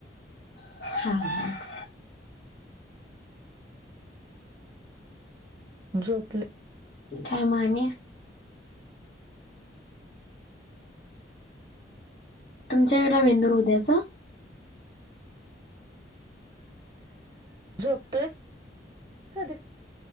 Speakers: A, on the left (about 50°); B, on the right (about 25°).
A: <unintelligible>
B: झोपले
A: खाय माने तुमच्याकडला मेंदूर उद्याचा.
B: झोपतोय कधी